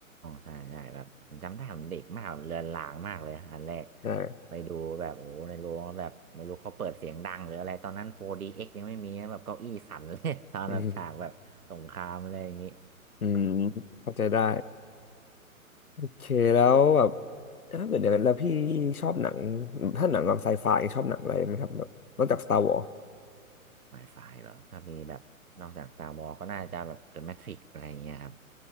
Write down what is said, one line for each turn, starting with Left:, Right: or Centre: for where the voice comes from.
Right: ใช่ใช่แบบจำได้ผมเด็กมากเลือนลางมากเลยอันแรก
Left: อ่า
Right: ไปดูแบบโอ้ในโรงแล้วแบบไม่รู้เขาเปิดเสียงดังหรืออะไรตอนนั้น 4DX ยังไม่มีนะแบบเก้าอี้สั่นเลย <laughs> ตอนแบบฉากแบบสงครามอะไรอย่างนี้
Left: อืมอืมเข้าใจได้โอเคแล้วแบบถ้าเกิดเดี๋ยวแล้วพี่ชอบหนังถ้าหนังแบบไซไฟชอบหนังอะไรไหมครับแบบนอกจาก Star Wars
Right: Wi-Fi เหรอถ้ามีแบบนอกจากตาบอก็น่าจะแบบ The Matrix อะไรอย่างเงี้ยครับ